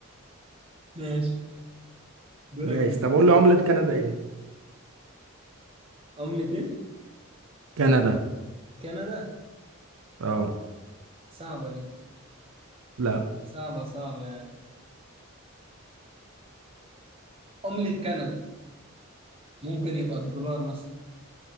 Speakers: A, on the right (about 25°); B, on the right (about 70°).
A: ماشي دورك
B: ماشي
A: أنت
B: طب قول لي عملة كندا ايه
A: عملة إيه؟
B: كندا
A: كندا
B: اه
A: صعبة دي
B: لا
A: صعبة صعبة يعني عملة كندا ممكن يبقى الدولار مثلا